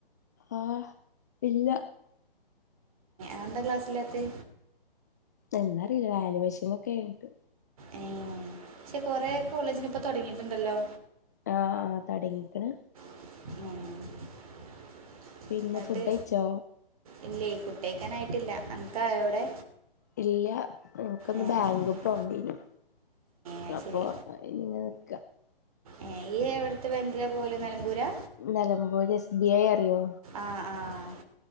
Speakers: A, on the left; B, on the right.
A: ആ ഇല്ല
B: ആന്താ ക്ലാസ്സില്ലാത്തെ?
A: എന്താ അറിയില്ല വാലുവേഷനൊക്കായിട്ട്.
B: ഉം പക്ഷെ കൊറേ കോളേജിനിപ്പം തൊടങ്ങിയിട്ടുണ്ടല്ലോ.
A: ആഹ് ആഹ് തൊടങ്ങിക്കണ്
B: <unintelligible>
A: പിന്നെ
B: എന്നിട്ട്
A: ഫുഡയിച്ചോ?
B: ഇല്ലേ ഫുഡയിക്കാൻ ആയിട്ടില്ല. അനക്ക് ആയോ അവിടെ?
A: ഇല്ല. എൻക്കൊന്ന്
B: ഏ,
A: ബാങ്കീ പോണ്ടീരും.
B: അത്
A: അപ്പൊ
B: ശരി
A: അതിനിങ്ങനെ നിക്ക.
B: ഏഹ് ഈ എവിട്ത്തെ ബേങ്കിലാ പോവല്. നെലമ്പൂരാ?
A: നെലമ്പോര് എസ് ബി ഐ അറിയോ?
B: ആഹ് ആഹ്